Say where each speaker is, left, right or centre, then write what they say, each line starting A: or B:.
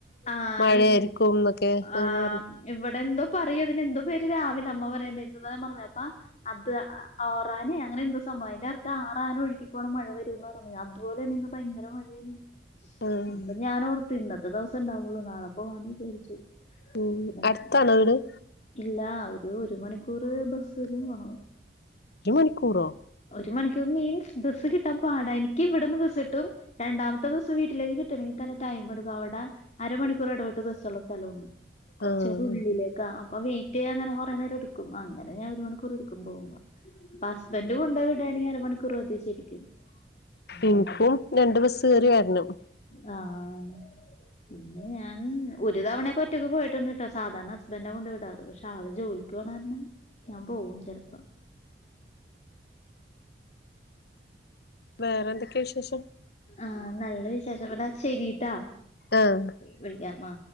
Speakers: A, on the left; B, on the left.
A: ആ
B: മഴയായിരിക്കുംന്നൊക്കെ ന്നങ്ങനെ
A: ആഹ്
B: പറഞ്
A: ഇവിടെ എന്തോ പറയതിന് എന്തോ പേര് രാവിലമ്മ പറയേണ്ട എന്ന് ന്നാ ഞാ പറഞ്ഞപ്പാ അദ്വാ ആറാനേയാ അങ്ങനെ എന്തോ സംഭവം അയിന്റെ അർത്ഥം ആറാന ഒഴുകി പോന്നാ മഴ വരുംന്ന പറഞ്ഞീന്ന് അതുപോലെ തന്ന ഇന്ന് ഭയങ്കര മഴേണ്.
B: ആഹ്
A: അപ്പൊ ഞാൻ ഓർത്ത് ഇന്നത്തെ ദിവസേണ്ടാവുള്ളു നാളെപ്പോവാന്ന് വിചാരിച്ചു പിന്നെന്താ
B: ഉം അട്ത്താണോ വീട്
A: ഇല്ല ഒരു ഒരു മണിക്കൂറ് ബസ്സിനും വേണം
B: മണിക്കൂറോ?
A: ഒരു മണിക്കൂർ മീൻസ് ബസ്സ് കിട്ടാൻ പാടാ എനക്ക് ഇവിടുന്ന് ബസ്സ് കിട്ടും രണ്ടാമത്തെ ബസ്സ്‌ വീട്ടിലേക്ക് കിട്ടണെങ്കി തന്നെ ടൈം എടുക്കും അവിടെ അരമണിക്കൂർ ഇടപെട്ട് ബസ്സുള്ള സ്ഥലമാണ് കുറച്ചൂടെ
B: ആഹ്
A: ഉള്ളിലേക്കാ അപ്പൊ വയിറ്റ് ചെയ്യാൻന്നേരം കുറേ നേരം എടുക്കും അങ്ങനെ ഞാൻ ഒരു മണിക്കൂർ എടുക്കും പോവുമ്പോ ഇപ്പൊ ഹസ്ബന്ഡ് കൊണ്ട് വിടാണെങ്കിൽ അര മണിക്കൂർ മതി ശരിക്കും അപ്പൊ
B: ഇനിക്കും രണ്ടു ബസ് കയറി വരണം
A: ആഹ് പിന്നെ ഞാൻ ഒരു തവണയൊക്കെ ഒറ്റക്ക് പോയിട്ട്ണ്ട് ട്ടോ സാധാരണ ഹസ്ബൻഡാ കൊണ്ട് വിടാറ് പക്ഷെ ആള് ജോലിക്ക് പോണാരണം ഞാ പോവും ചെലപ്പം
B: വേറെ എന്തൊക്കെയാ വിശേഷം?
A: ആഹ് നല്ല വിശേഷം എന്നാ ശെരീട്ടാ
B: ആഹ്
A: വിളിക്കാൻ വാ